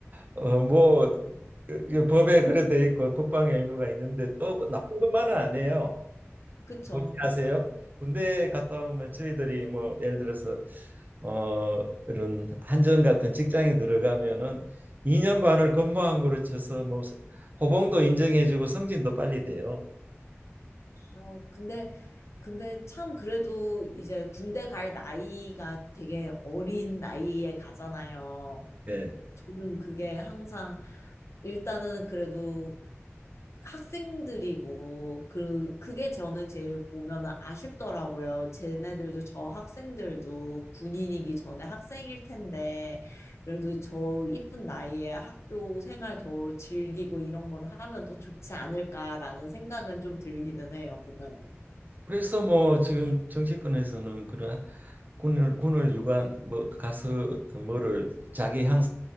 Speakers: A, on the right; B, on the left.
A: 어, 뭐 그- 그 법에 그래 돼 있고 국방의 의무가 있는데 또 그 나쁜 것만은 안 해요.
B: 그쵸?
A: 뭐지 아세요? 군대 갔다 오면 저희들이 뭐 예를 들어서 어 이런 한전 같은 직장에 들어가면은 2년 반을 근무한 거로 쳐서 뭐 호봉도 인정해주고 승진도 빨리 돼요.
B: 아, 근데, 근데 참 그래도 이제 군대 갈 나이가 되게 어린 나이에 가잖아요.
A: 예.
B: 저는 그게 항상 일단은 그래도 학생들이고 그 그게 저는 제일 보면은 아쉽더라고요. 쟤네들도 저 학생들도 군인이기 전에 학생일 텐데 그래도 저 이쁜 나이에 학교 생활 더 즐기고 이런 걸 하면 더 좋지 않을까라는 생각은 좀 들기는 해요, 보면은.
A: 그래서 뭐 지금 정치권에서는 그런 군을 군을 유관 뭐 가서 어떤 뭐를 자기 향